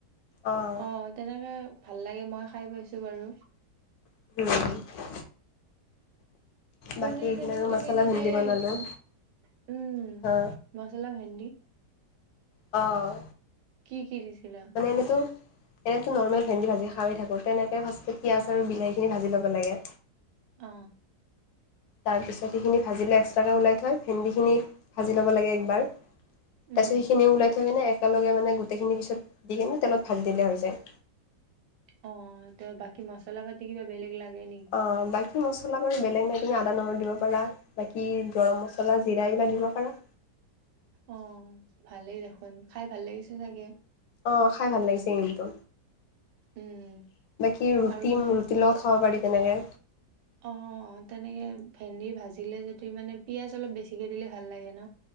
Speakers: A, on the left; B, on the right.
A: অঁ
B: অ তেনেকে ভাল লাগে মই খাই পাইছোঁ। বাৰু
A: উম বাকী
B: পনিৰ
A: এইদিনা
B: খিনিও
A: আৰু
B: তুমি
A: মছলা
B: যদি
A: ভেন্দি বনালোঁ।
B: উ উম
A: হা
B: মচলা ভেন্দি,
A: অঁ
B: কি কি দিছিলে।
A: নেতো নৰ্মেল ভেন্দি ভাজি খাই থাকো তেনেকে পিয়াঁজ বিলাহীখিনি ভাজি ল'ব লাগে।
B: অ
A: তাৰপিছত সেইখিনি ভাজিলে এক্সট্ৰাকৈ ওলাই থয় ভেন্দিখিনি। ভাজি ল'ব লাগে একবাৰ তাৰপিছত
B: উম
A: সেইখিনিও ওলাই থাকেনে এক- একেলগে মানে গোটেইখিনি পিছত দি কিনে তেলত ভাজ দিলে হৈ যায়।
B: অ ত' বাকি মছলা পাতি কিবা বেলেগ লাগে নকি?
A: অ বাকি মছলা বাৰু বেলেগ নিদি আদা নহৰু দিব পাৰি। পৰা বাকী গৰম মছলা জিৰা এইবিলাক দিব পাৰা।
B: অ ভালেই দেখোন খাই ভাল লাগিছে চাগে।
A: অ' খাই ভাল লাগিছে কিন্তু।
B: উম
A: <inaudible> বাকী ৰোতিং
B: আৰু সেই
A: ৰুতি লগত খাব পাৰি তেনেকে
B: অ' তেনেকে ভেন্দি ভাজিলে যদি মানে পিয়ঁয়াজ, অলপ বেছিকে দিলে ভাল লাগে। ন